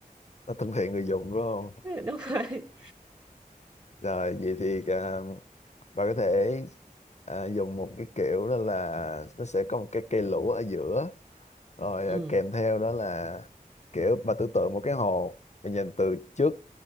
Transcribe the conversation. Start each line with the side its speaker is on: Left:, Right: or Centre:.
Left: nó thân thiện người dùng đúng không
Right: <laughs> đúng rồi
Left: Rồi vậy thì à, bà có thể à, dùng một cái kiểu đó là nó sẽ có một cái cây lũ ở giữa rồi
Right: ừ
Left: à, kèm theo đó là kiểu bà tưởng tượng một cái hồ bà nhìn từ trước